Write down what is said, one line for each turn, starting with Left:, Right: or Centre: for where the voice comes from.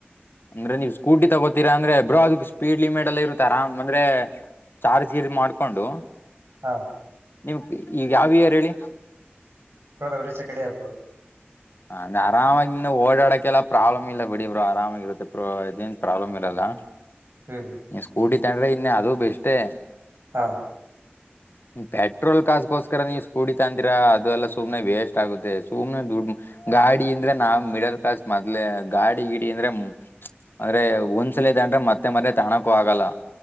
Left: ಅಂದ್ರೆ ನೀವು ಸ್ಕೂಟಿ ತಗೋತೀರಾ ಅಂದ್ರೆ ಬ್ರೋ ಅದಕ್ ಸ್ಪೀಡ್ ಲಿಮಿಟ್ ಅಲ್ಲ ಇರುತ್ತೆ ಆರಾಮ್ ಅಂದ್ರೆ ಚಾರ್ಜ್ ಗೀದ ಮಾಡ್ಕೊಂಡು
Right: ಹಾ
Left: ನಿಮ್ ಈಗ ಯಾವ ಇಯರ್ ಹೇಳಿ
Right: ಬೋ ಸೆಂಕೇಡ್ ಇಯರ್ ಬೋ
Left: ಹಂದ ಆರಾಮಾಗಿ ಓಡಾಡಕ್ಕೆೆಲ್ಲ ಪ್ರಾಬ್ಲಮ್ ಇಲ್ಲ ಬಿಡಿ ಇಬ್ರು ಆರಾಮಾಗಿರುತ್ತೆ ಬ್ರೋ ಇದೇನ್ ಪ್ರಾಬ್ಲಮ್ ಇರಲ್ಲ
Right: ಹ್ಮ್
Left: ಈ ಸ್ಕೂಟಿ ಇತ್ತ್ರೆ ಇನ್ನು ಅದು ಬೆಷ್ಟೇ
Right: ಹಾ
Left: ಪೆಟ್ರೋಲ್ ಕಾಸಕೋಸ್ಕರ ನೀವು ಸ್ಕೂಡಿ ತಂದಿರ ಅದೆಲ್ಲ ಸುಮನೆ ವೇಸ್ಟ್ ಆಗುತ್ತೆ ಸುಮ್ನೆ ದುಡ್ಡು ಗಾಡಿ ಅಂದ್ರೆ ನಾವ್ ಮಿಡಲ್ ಕ್ಲಾಸ್ ಮೊದ್ಲೆ ಗಾಡಿ ಗಿಡ ಅಂದ್ರೆ ಅಂದ್ರೆ ಒಂದ್ಸಲತಂದ್ರೆ ಮತ್ತೆ ಮದೆ ತಾಣಕೂ ಆಗಲ್ಲ